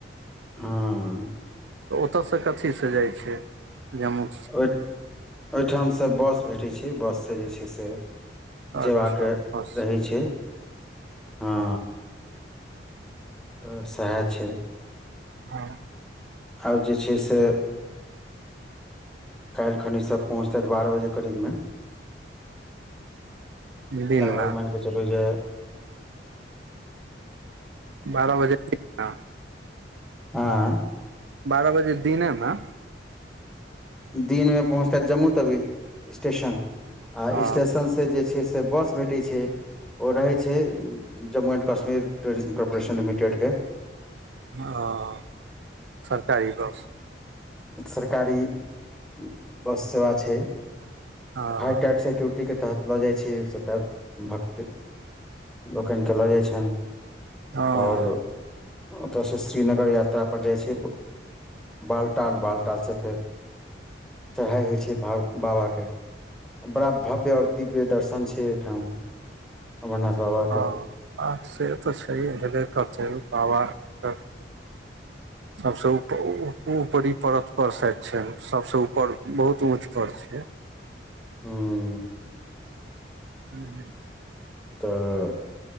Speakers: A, in the centre; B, on the right (about 75°).
A: <unintelligible>
B: तऽ ओतयसँ कथीसँ जाइ छै जम्मू
A: ओहि ओहिठमसँ बस भेटैत छै बस सँ जाय छै से
B: अच्छा
A: जेबाक
B: बस
A: रहै छै <inaudible> हँ तऽ सेहै छै
B: <unintelligible>
A: आब जे छै से काइल खनि ई सब पहुँचते बारह बजे करीबमे
B: दिनमे
A: लगभग मानि कऽ चलू जे <inaudible>
B: बारह बजे <unintelligible>
A: <unintelligible>
B: बारह बजे दिने मे
A: दिन मे पहुंचताइत जम्मू तवी स्टेशन आ
B: हँ
A: स्टेशन से जे छै से बस भेटै छै ओ रहै छै Jammu and Kashmir tourism corporation limited के
B: हां <inaudible> सरकारी बस
A: सरकारी <inaudible> बस सेवा छै
B: हँ
A: हाई टाईट सिक्योरटी के तहत लऽ जाइत छी सभटा भक्त <inaudible> लोकैन क लऽ जाइत छनि <inaudible>
B: हँ
A: और ओतय से श्रीनगर यात्रा पर जाइ छै <inaudible> बालट टाल बालटाल सँ फेर चढ़ाइ होइ छै बाबाके बड़ा भव्य और दिव्य दर्शन छै ओहिठाम अमरनाथ बाबा
B: हँ आ से तऽ छैहै हेबे करतै बाबाके
A: <inaudible>
B: सबसे ऊपरी परत पर सैयद छै सबसे ऊपर बहुत ऊंच पर छै
A: हूं
B: दिल्ली
A: तऽ